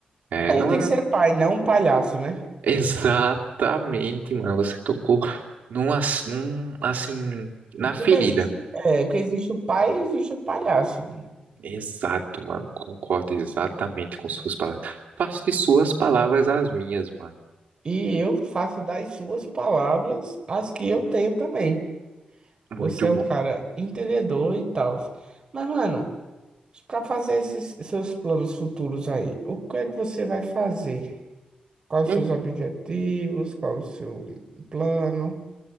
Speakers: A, on the right; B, on the right.
A: É,
B: É que a
A: não
B: gente tem que
A: é
B: ser
A: um
B: pai, não um palhaço, né?
A: <laughs> exatamente, mano. Você tocou num, ass- num, assim, na ferida.
B: Porque existe, é, porque existe o pai e existe o palhaço.
A: Exato, mano. Concordo exatamente com suas palavras. Faço de suas palavras as minhas, mano.
B: E eu faço das suas palavras as que eu tenho também. Você
A: Muito
B: é
A: bom.
B: um cara entendedor e tal. Mas, mano. Para fazer esses seus planos futuros aí, o que é que você vai fazer? Quais
A: Hum,
B: os seus objetivos? Qual o seu plano?